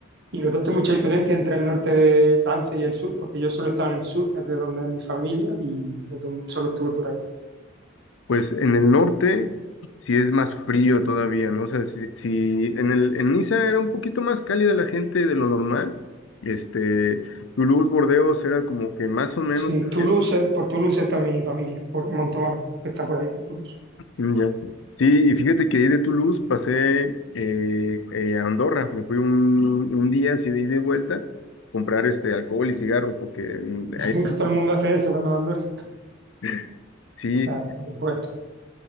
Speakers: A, on the right (about 60°); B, on the left (about 75°).
A: Y notaste mucha diferencia entre el norte de Francia y el sur, porque yo solo he estado en el sur, que es de donde es mi familia, y no ten- solo estuve por ahí.
B: Pues en el norte sí es más frío todavía, ¿no? O sea, si, si en el, en Niza era un poquito más cálida la gente de lo normal, este, Toulouse, Bordeos era como que más o menos,
A: Sí, Toulouse,
B: eh,
A: por Toulouse está mi familia, por Montauban, que está por ahí, por Toulouse.
B: ya. Sí, y fíjate que ahí de Toulouse pasé eh, eh, a Andorra, me fui un, un día así de ida y vuelta a comprar este alcohol y cigarros, porque mm,
A: <laughs> Que
B: ahí...
A: todo el mundo hace eso cuando va a Andorra,
B: <laughs>
A: Claro,
B: Sí,
A: por supuesto.